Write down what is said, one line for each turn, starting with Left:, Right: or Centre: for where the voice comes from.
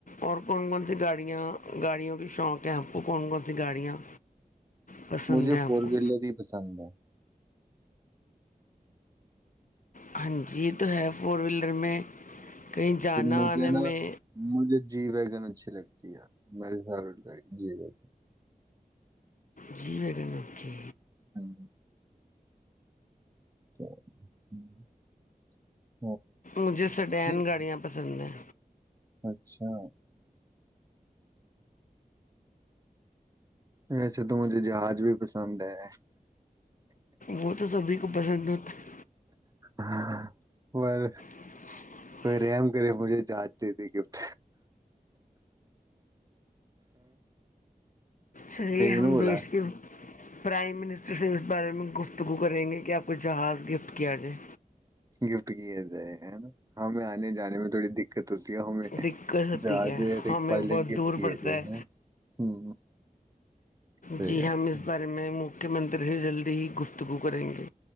Left: اور کون کون سی گاڑیاں گاڑیوں کی شوق ہے آپ کو کون کون سی گاڑیاں پسند
Right: مجھے
Left: ہیں آپ
Right: فور
Left: کو
Right: ویلر ہی پسند ہے
Left: ہاں جی تو ہے فور ویلر میں کہیں جانا
Right: مجھے
Left: آنے میں
Right: نا مجھے جی وگن اچھے لگ اں ماری سار رٹ گاری جی رہ
Left: جی ویگن اوکے
Right: <unintelligible> <unintelligible>
Left: مجھے سڈین
Right: ٹھیک
Left: گاڑیاں پسند ہیں
Right: اچھا ویسے تو مجھے جہاز بھی پسند ہے
Left: وہ تو سبھی کو پسند ہوتا ہے
Right: ہاں اور
Left: <inaudible>
Right: رم کرے مجھے جاچتے تھے گفٹ
Left: صحیح ہم
Right: نا بولا
Left: دیش کے پرائم منسٹر سے اس بار میں گفتگو کریں گے کیا آپ کوچھ جہاز گفٹ کیا جائے
Right: گفٹ کیا جائے ہے نا ہمیں آنے جانے میں تھوڑی دقت ہوتی ہے ہمیں
Left: دقت ہوتی
Right: جہاز
Left: ہے
Right: اور
Left: ہمیں
Right: ایک پائلٹ
Left: بہت
Right: گفٹ
Left: دور
Right: کیا
Left: پڑتا
Right: جائے
Left: ہے
Right: ہم، صحیح
Left: جی
Right: بات
Left: ہم اس بارے میں کے منتر سے جلدی ہی گفتگو کریں گے